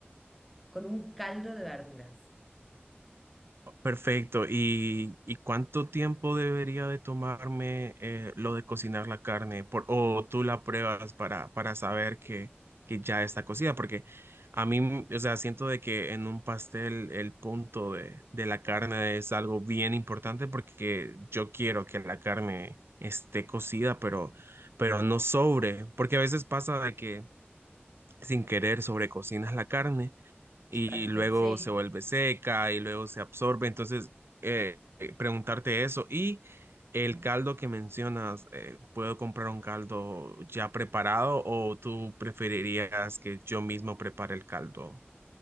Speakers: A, in the centre; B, on the right.
A: con un caldo de verduras.
B: Perfecto. ¿Y, y cuánto tiempo debería de tomarme eh, lo de cocinar la carne? Por- o tú la pruebas para, para saber que, que ya está cocida, porque a mí, mm, o sea, siento de que en un pastel el punto de, de la carne es algo bien importante porque yo quiero que la carne esté cocida, pero, pero no sobre, porque a veces pasa de que sin querer sobrecocinas la carne y
A: Perfecto,
B: luego
A: sí.
B: se vuelve seca y luego se absorbe. Entonces, eh, eh, preguntarte eso. Y el caldo que mencionas, eh, ¿puedo comprar un caldo ya preparado o tú preferirías que yo mismo prepare el caldo?